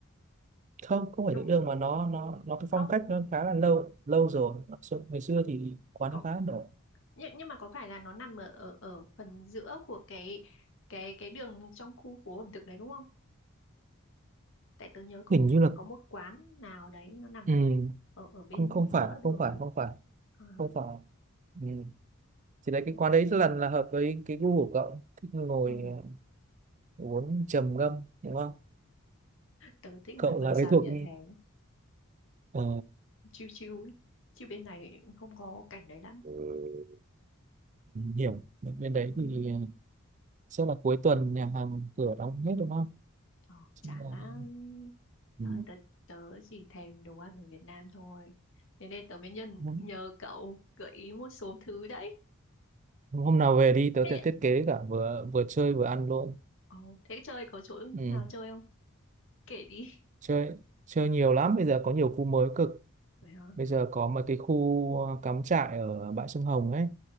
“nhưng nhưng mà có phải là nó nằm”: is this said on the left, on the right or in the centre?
Left